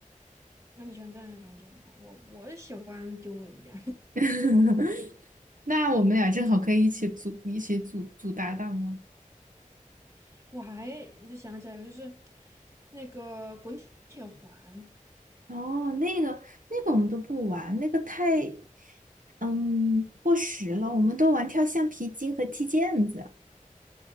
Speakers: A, on the right (about 20°); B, on the right (about 75°).
A: 那你喜欢站在中间吗？我我喜欢丢人家。
B: <laughs> 那我们俩正好可以一起组一起组组搭档了。
A: <laughs> 我还就想起来一个，就是那个滚铁环。
B: 哦，那个那个我们都不玩，那个太，嗯，过时了。我们都玩跳橡皮筋和踢毽子。